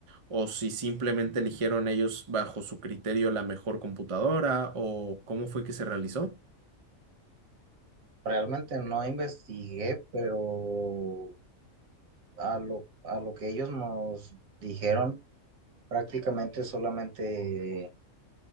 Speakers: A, on the right (about 40°); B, on the right (about 80°).
A: o si simplemente eligieron ellos bajo su criterio la mejor computadora, o cómo fue que se realizó?
B: Realmente no investigué, pero a lo, a lo que ellos nos dijeron, prácticamente solamente